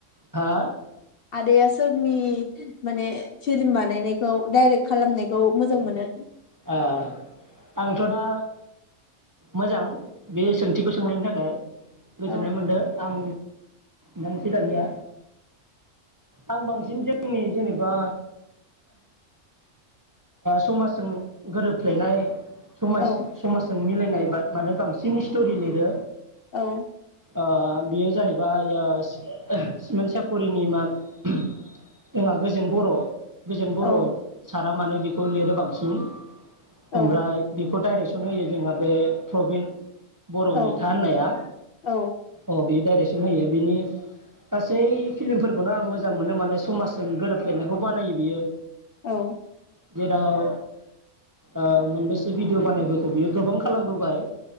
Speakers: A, on the right (about 20°); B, on the left (about 55°).
A: हा
B: आदाया सोरनि माने फिलिम बानायायनाय खौ डाइरेक्ट खालामनायखौ मोजां मोनो
A: ओ आंथ' दा मोजां बे सोंथिखौ सोंनायनि थाखाय गोजोननाय
B: औ
A: मोनदों आं नों सि दानिया आं बांसिन जोंनि जेनेबा समाजजों गोरोबफ्लैनायाय समाज
B: औ
A: समाजों मिलायना बा माने बांसिन स्टरि लिरो।
B: औ
A: ओ बेयो जाहैबाय ओ ओह सिमोन सापरिनि मा ओहोम जोंहा गोजोन बर' गोजोन बर'
B: औ
A: साराबो माने बेखौ लिरो बांसिन।
B: औ
A: ओमफ्राय बे खौ डाइरेक्सन होयो जोंहा बे प्रबिन बर'
B: औ
A: मैथा होननाया
B: औ
A: अ बे डाइरेक होयो बिनि गासै फिलिमफोरखौनो आं मोजां मोनो माने समाजजों गोरोबफ्लेनायखौ बानायो बियो
B: औ
A: जेराव ओ मोनबेसे भिडिअ बानायबोखौ बियो गोबां खालामबोबाय